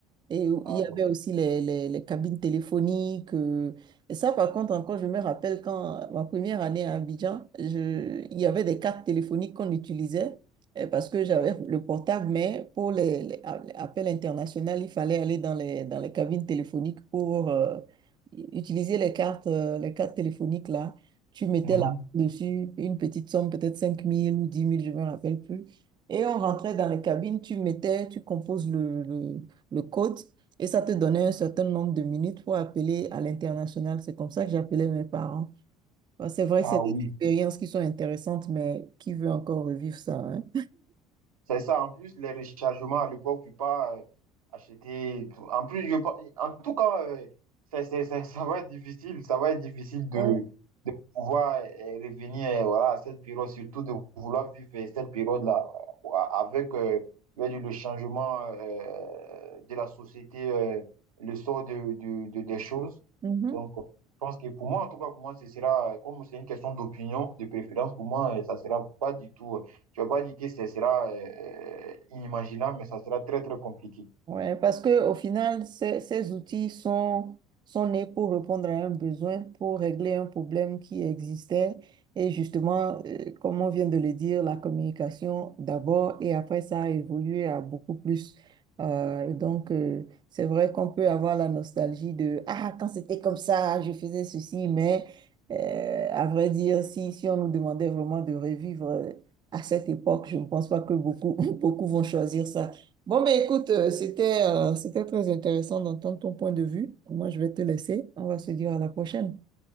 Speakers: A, on the right; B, on the right.
A: Et
B: ah,
A: il y
B: bon.
A: avait aussi les, les, les cabines téléphoniques. euh. Et ça, par contre, encore, je me rappelle quand ma première année à Abidjan, je, il y avait des cartes téléphoniques qu'on utilisait euh, parce que j'avais le portable, mais pour les, les a- les appels internationaux, il fallait aller dans les, dans les cabines téléphoniques pour euh, utiliser les cartes, euh, les cartes téléphoniques là. Tu mettais
B: Mhm.
A: là dessus une petite somme, peut-être cinq mille ou dix mille je ne me rappelle plus. Et on rentrait dans les cabines, tu mettais, tu composes le, le- le code, et ça te donnait un certain nombre de minutes pour appeler à l'international. C'est comme ça que j'appelais mes parents. Bah, C'est vrai
B: Ah
A: que c'est
B: oui.
A: des expériences qui sont intéressantes, mais qui veut encore revivre ça, hein?
B: C'est ça, en plus, les rechargements à l'époque, tu peux pas euh, acheter. En plus, je, pense- en tout cas, euh, ça, ça- ça- ça va être difficile. Ça va être difficile de,
A: Ouais.
B: de pouvoir euh, revenir euh, voilà, à cette période, surtout de vouloir vivre euh, cette période-là euh, avec euh, avec le changement euh, de la société, euh, le sort de, de- de- des choses.
A: Mhm.
B: Donc, euh, je pense que pour moi, en tout cas, pour moi, ce sera, comme c'est une question d'opinion, de préférence, pour moi, euh, ça sera pas du tout. euh, je ne vais pas dire que ce sera euh, euh, inimaginable, mais ça sera très, très compliqué.
A: Ouais, parce que au final, ces, ces outils sont, sont nés pour répondre à un besoin, pour régler un problème qui existait. Et justement, euh, comme on vient de le dire, la communication d'abord et après ça a évolué à beaucoup plus. Euh, et donc, euh, c'est vrai qu'on peut avoir la nostalgie de Ah, quand c'était comme ça, je faisais ceci, mais euh, à vrai dire, si, si on nous demandait vraiment de revivre euh, à cette époque, je ne pense pas que beaucoup, <laughs> beaucoup vont choisir ça. Bon, ben écoute, euh, c'était euh, c'était très intéressant d'entendre ton point de vue. Moi, je vais te laisser. On va se dire à la prochaine.